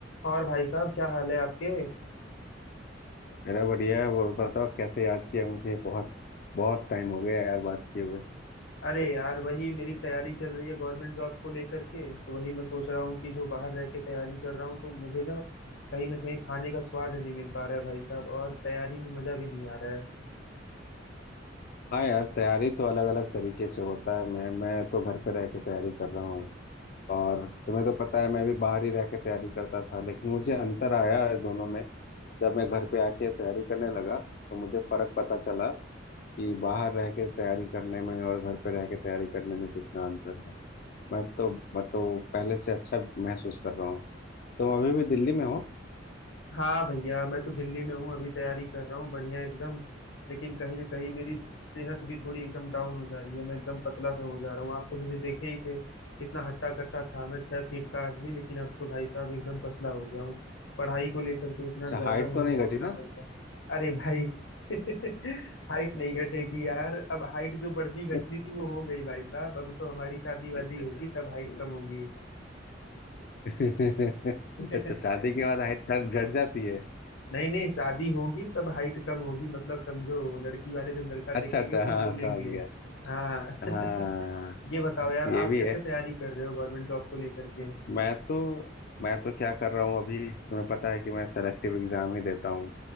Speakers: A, on the left; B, on the left.
A: और भाई साहब क्या हाल है आपके
B: मेरा बढ़िया है और बताओ कैसे याद किया मुझे बहुत बहुत टाइम हो गया यार बात किए हुए
A: अरे यार वही मेरी तैयारी चल रही है गवर्नमेंट जॉब को लेकर के तो वही मैं सोच रहा हूँ कि जो बाहर रह के तैयारी कर रहा हूँ तो मुझे ना कहीं ना कहीं खाने का स्वाद नहीं मिल पा रहा है भाई साहब और तैयारी में मजा भी नहीं आ रहा है
B: हाँ यार तैयारी तो अलग अलग तरीके से होता है मैं मैं तो घर पे रह के तैयारी कर रहा हूँ और तुम्हें तो पता है मैं भी बाहर ही रह के तैयारी करता था लेकिन मुझे अंतर आया है दोनों में जब मैं घर पे आके तैयारी करने लगा तो मुझे फर्क पता चला कि बाहर रह के तैयारी करने में और घर पे रह के तैयारी करने में कितना अंतर है मैं तो मैं तो पहले से अच्छा महसूस कर रहा हूँ तुम अभी भी दिल्ली में हो
A: हाँ भैया मैं तो दिल्ली में हूँ अभी तैयारी कर रहा हूँ बढ़िया एकदम लेकिन कहीं ना कहीं मेरी सेहत भी थोड़ी एकदम डाउन हो जा रही है मैं एकदम पतला सा हो जा रहा हूँ आप तो मुझे देखे ही थे कितना हट्टा कट्टा था मैं छह फीट का आदमी लेकिन अब तो भाई साहब एकदम पतला हो गया हूँ पढ़ाई को लेकर के इतना
B: अच्छा
A: ज्यादा
B: हाइट
A: मुझे
B: तो नहीं
A: सोचना
B: घटी ना
A: पड़ता अरे भाई <laughs> हाइट नहीं घटेगी यार अब हाइट जो बढ़नी
B: <laughs>
A: घटनी थी वो हो गई भाई साहब अब तो हमारी शादी वादी
B: अच्छा
A: होगी
B: अच्छा
A: तब हाइट
B: हम्म।
A: कम होगी
B: <laughs>
A: <laughs>
B: तो शादी के बाद हाइट कट घट जाती है
A: नहीं नहीं शादी होगी तब हाइट कम होगी मतलब समझो लड़की वाले जब लड़का
B: अच्छा
A: देखेंगे
B: अच्छा
A: तो
B: हाँ
A: बोलेंगे
B: समझ गया
A: हाँ
B: हाँ
A: <laughs> ये बताओ यार
B: ये
A: आप
B: भी
A: कैसे
B: है
A: तैयारी कर रहे हो गवर्नमेंट जॉब को लेकर के
B: मैं तो मैं तो क्या कर रहा हूँ अभी तुम्हें पता है कि मैं सेलेक्टिव एग्जाम ही देता हूँ